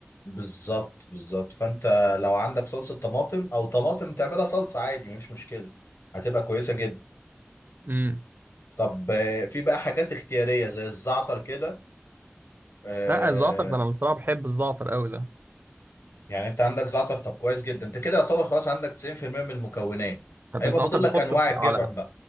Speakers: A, on the left; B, on the right.
A: بالظبط بالظبط فأنت لو عندك صلصة طماطم أو طماطم تعملها صلصة عادي مفيش مشكلة هتبقى كويسة جدا
B: امم
A: طب آه، في بقى حاجات اختيارية زي الزعتر كده آه،
B: لا الزعتر ده انا بصراحه بحب الزعتر قوي ده
A: يعني أنت عندك زعتر طب كويس جدا أنت كده يعتبر خلاص عندك 90% من المكونات
B: طب
A: هيبقى
B: الزعتر
A: فاضل
B: بحطه
A: لك أنواع
B: في
A: الجبن
B: على